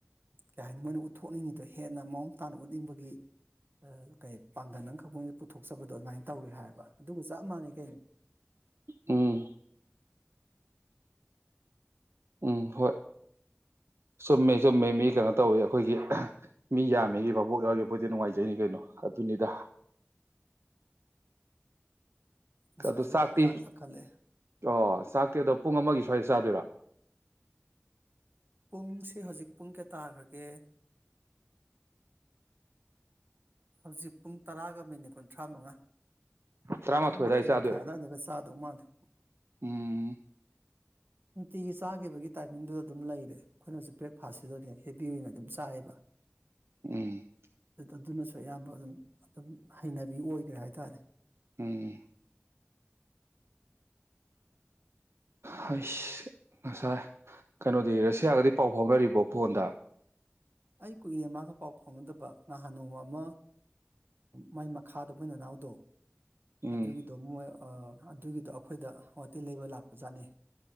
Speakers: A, on the right; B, on the right.
A: ꯀꯩ ꯍꯥꯏꯅꯤ ꯃꯣꯏꯅ ꯎꯠꯊꯣꯛꯅꯤꯡꯉꯤꯗꯣ ꯍꯦꯟꯅ ꯃꯑꯣꯡ ꯇꯥꯅ ꯎꯠꯅꯤꯡꯕꯒꯤ ꯀꯩ ꯄꯥꯡꯒꯜ ꯑꯃꯈꯛ ꯃꯣꯏꯅ ꯄꯨꯊꯣꯛꯆꯕꯗꯣ ꯑꯗꯨꯃꯥꯏꯅ ꯇꯧꯋꯤ ꯍꯥꯏꯕ ꯑꯗꯨ ꯆꯞ ꯃꯥꯟꯅꯩ ꯀꯩꯅꯩꯅ
B: ꯎꯝ ꯎꯝ ꯍꯣꯏ ꯁꯃꯦ ꯁꯣꯃꯦ ꯃꯤ ꯀꯩꯅꯣ ꯇꯧꯋꯤ ꯑꯩꯈꯣꯏꯒꯤ ꯃꯤ ꯌꯥꯝꯃꯤꯒꯤ ꯚꯥꯕꯣꯛ ꯌꯥꯎꯒꯕꯨꯗꯤ ꯅꯨꯡꯉꯥꯏꯖꯩꯅꯤ ꯀꯩꯅꯣ ꯑꯗꯨꯅꯤꯗ
A: ꯅꯨꯡꯁꯥꯁꯦ
B: ꯑꯗꯨ ꯆꯥꯛꯇꯤ
A: ꯈꯪꯌꯥꯛ ꯌꯥꯛꯈꯠꯂꯛꯑꯦ
B: ꯑꯣ ꯆꯥꯛꯇꯤ ꯑꯗꯣ ꯄꯨꯡ ꯑꯃꯒꯤꯁꯨ ꯁꯍꯤꯁꯗꯨꯨꯔꯥ
A: ꯄꯨꯡꯁꯦ ꯍꯧꯖꯤꯛ ꯄꯨꯡ ꯀꯌꯥ ꯇꯥꯈ꯭ꯔꯒꯦ ꯍꯧꯖꯤꯛ ꯄꯨꯡ ꯇꯔꯥꯒ ꯃꯤꯅꯤꯠ ꯀꯨꯟꯊ꯭ꯔꯥ ꯃꯉꯥ
B: ꯇꯔꯥꯃꯥꯊꯣꯏ
A: ꯃꯊ
B: ꯑꯗꯨꯋꯥꯏ ꯆꯥꯗꯣꯏꯔꯥ
A: ꯃ ꯈꯥꯏꯗꯒ ꯁꯥꯗꯧꯃꯗ
B: ꯎꯝ
A: ꯅꯨꯡꯇꯤꯒꯤ ꯆꯥꯈꯤꯕꯒꯤ ꯇꯥꯏꯃꯤꯡꯗꯨꯗ ꯑꯗꯨꯝ ꯂꯩꯔꯦ ꯑꯩꯈꯣꯏꯅꯁꯨ ꯕ꯭ꯔꯦꯛꯐꯥꯁꯁꯤꯗꯗꯤ ꯍꯦꯚ ꯑꯣꯏꯅ ꯑꯗꯨꯝ ꯆꯥꯏꯌꯦꯕ
B: ꯎꯝ
A: ꯑꯗꯨꯅ ꯑꯌꯥꯝꯕ ꯑꯗꯨꯝ ꯑꯗꯨꯝ ꯍꯩꯅꯕꯤ ꯑꯣꯏꯈ꯭ꯔꯦ ꯍꯥꯏꯇꯥꯔꯦ
B: ꯎꯝ ꯍꯁ ꯉꯁꯥꯏ ꯀꯩꯅꯣꯗꯤ ꯔꯁꯤꯌꯥꯒꯗꯤ ꯄꯥꯎ ꯐꯥꯎꯅꯔꯤꯕꯣ ꯐꯣꯟꯗ
A: ꯑꯩ ꯀꯨꯏꯔꯦ ꯃꯥꯒ ꯄꯥꯎ ꯐꯥꯎꯅꯗꯕ ꯅꯍꯥꯟ ꯅꯣꯡꯃ ꯑꯃ ꯃꯥꯏ ꯃꯈꯥꯗ ꯃꯣꯏ ꯅꯅꯥꯎꯗꯣ
B: ꯎꯝ
A: ꯑꯗꯨꯒꯤꯗꯣ ꯃꯣꯏ ꯑꯗꯨꯒꯤꯗꯣ ꯑꯩꯈꯣꯏꯗ ꯋꯥꯇꯤ ꯂꯩꯕ ꯂꯥꯛꯄꯖꯥꯠꯅꯤ